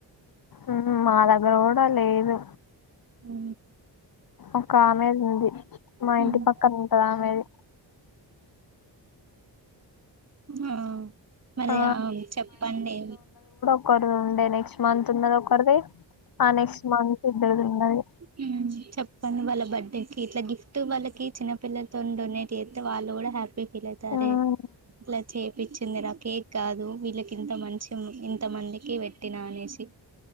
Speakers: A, on the left; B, on the right.
A: ఉ మా దగ్గర కూడా లేదు
B: ఉ
A: ఒక ఆమెది ఉంది మా ఇంటి
B: ఉమ్
A: పక్కన ఉంటది ఆమెది
B: ఆ మరి
A: ఆ,
B: ఆమెకు చెప్పండి
A: ఒకరి ఉండే నెక్స్ట్ మంత్ ఉన్నది ఒకరిది ఆ నెక్స్ట్ మంత్ ఇద్దరిదీ ఉన్నది
B: హ్మ్ చెప్పండి వాళ్ళ బర్త్డేకి ఇట్లా గిఫ్ట్ వాళ్ళకి చిన్నపిల్లలతో డొనేట్ చేస్తే వాళ్ళు కూడా హ్యాపీ ఫీలైతారే
A: ఉన్నది
B: ఇట్లా చేపిచ్చి మరా కేక్ కాదు వీళ్ళకి ఇంత మంచి ఇంత మందికి పెట్టినా అనేసి